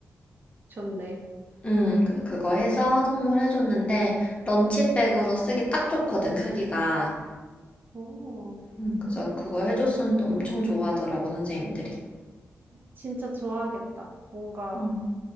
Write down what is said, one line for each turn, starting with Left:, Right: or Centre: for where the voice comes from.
Right: 좋네.
Left: 음, 그래서 그거 해서 선물해줬는데 런치백으로 쓰기 딱 좋거든, 크기가.
Right: 오,
Left: 음, 그래서 그거 해줬었는데 엄청 좋아하더라고, 선생님들이.
Right: 진짜 좋아하겠다. 뭔가,
Left: 음,